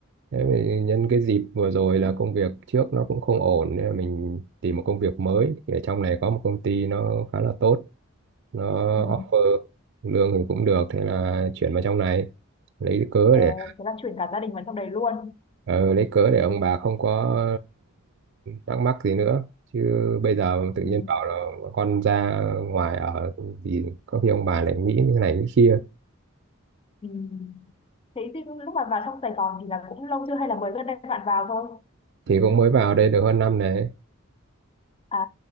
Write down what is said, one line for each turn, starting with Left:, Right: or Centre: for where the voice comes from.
Right: Thế thì nhân cái dịp vừa rồi là công việc trước nó cũng không ổn nên là mình tìm một công việc mới thì ở trong này có một công ty nó khá là tốt nó
Left: Ừ.
Right: offer lương thì cũng được thế là chuyển vào trong này lấy cớ Ừ.
Left: Ồ,
Right: để
Left: thế là chuyển cả gia đình vào trong đấy luôn.
Right: ờ, lấy cớ để ông bà không có thắc mắc gì nữa chứ bây giờ tự
Left: Ừ.
Right: nhiên bảo là con ra ngoài ở thì có khi ông bà lại nghĩ như này nghĩ kia
Left: Ừ. Thế thì lúc mà vào trong Sài Gòn thì là cũng lâu chưa hay là mới gần đây bạn vào thôi?
Right: thì cũng mới vào đây được hơn năm này
Left: À,